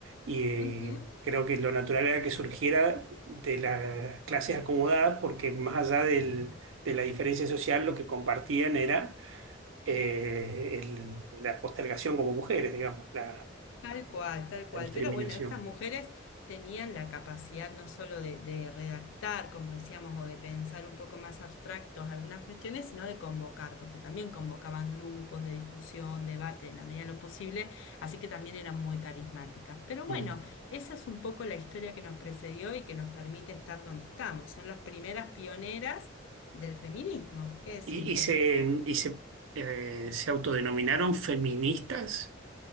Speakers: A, on the right; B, on the left.
A: y eh,
B: ujú.
A: creo que lo natural era que surgiera de las clases acomodadas porque más allá del- de la diferencia social, lo que compartían era eh, el- la postergación como mujeres, digamos, la,
B: Tal cual, tal cual.
A: la discriminación.
B: Pero bueno, estas mujeres tenían la capacidad no solo de, de redactar, como decíamos, o de pensar un poco más abstractos algunas cuestiones, sino de convocar, porque también convocaban grupos de discusión, debate, en la medida de lo posible, así que también eran muy carismáticas. Pero bueno,
A: Mm.
B: esa es un poco la historia que nos precedió y que nos permite estar donde estamos. Son las primeras pioneras del feminismo, ¿qué decirte?
A: Y, y se, y se, eh, se autodenominaron feministas